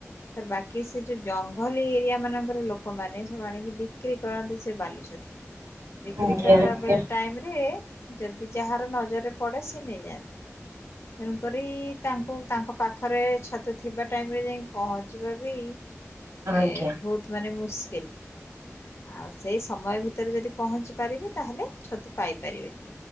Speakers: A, on the left; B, on the right.
A: ତାର ବାକି ସେ ଯୋଉ ଜଙ୍ଗଲି ଏରିଆ ମାନଙ୍କର ଲୋକମାନେ ସବୁ ଆଣିକି ବିକି ବିକ୍ରି କରନ୍ତି ସେ ବାଲି ଛତୁ ବିକ୍ରି
B: ଆଜ୍ଞା
A: କଲା
B: ଆଜ୍ଞା।
A: ବେଳେ ଟାଇମୀରେ ଯଦି ଯାହାର ନଜରରେ ପଡେ ସେ ନେଇଯାଆନ୍ତି।
B: <inaudible>
A: ତେଣୁକରି ତାଙ୍କୁ ତାଙ୍କ ପାଖରେ ଛତୁ ଥିବା ଟାଇମରେ ଯାଇକି ପହଞ୍ଚିବା ବି
B: ଆଜ୍ଞା
A: ଏ ବହୁତ ମାନେ ମୁସ୍କିଲ। ଆଉ ସେଇ ସମୟ ଭିତରେ ଯଦି ପହଞ୍ଚି ପାରିବେ ତାହେଲେ ଛତୁ ପାଇପାରିବେ।